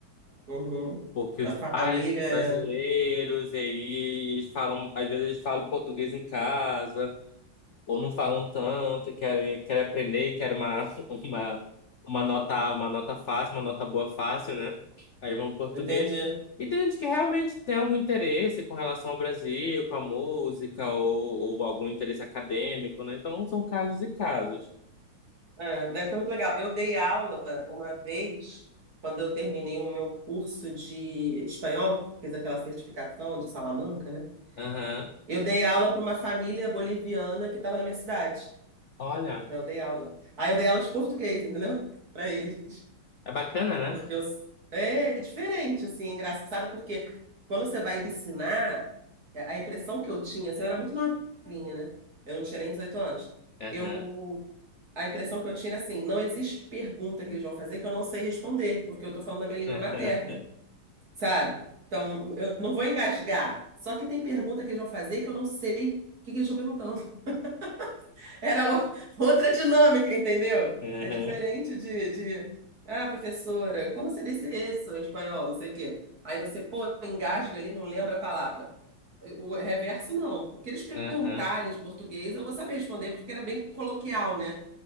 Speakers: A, on the right (about 45°); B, on the left (about 75°).
A: Uhum.
B: Porque
A: Da
B: os pais
A: família.
B: são brasileiros, e aí eles falam, às vezes eles falam português em casa. ou não falam tanto, e querem, querem aprender, e querem uma, <laughs> uma, uma nota, uma nota fácil, uma nota boa fácil, né? Aí vão pro português.
A: Entendi.
B: E tem gente que realmente tem algum interesse com relação ao Brasil, com a música, ou, ou algum interesse acadêmico, né? Então são casos e casos.
A: É, deve ser muito legal. Eu dei aula uma vez, quando eu terminei o meu curso de espanhol, fiz aquela certificação de Salamanca, né?
B: Aham.
A: Eu dei aula para uma família boliviana que estava na minha cidade.
B: Olha,
A: Então, Eu dei aula. Aí eu dei aula de português, entendeu? Para eles.
B: é bacana, né?
A: Porque eu... é diferente, assim, é engraçado, porque quando você vai ensinar, é, a impressão que eu tinha, assim, eu era muito novinha, né? Eu não tinha nem 18 anos.
B: Aham.
A: Eu a impressão que eu tiro é assim, não existe pergunta que eles vão fazer que eu não sei responder, porque eu estou falando a minha língua
B: <laughs>
A: materna, sabe? Então, eu não vou engasgar. Só que tem pergunta que eles vão fazer que eu não sei o que que eles estão perguntando. <laughs> Era o- outra dinâmica, entendeu?
B: Aham.
A: É diferente de, de, ah, professora, como você disse isso em espanhol, não sei o quê. Aí você, pô, engasga ali, não lembra a palavra. O reverso, não. O que eles perguntarem
B: Aham.
A: de português, eu vou saber responder, porque era bem coloquial, né?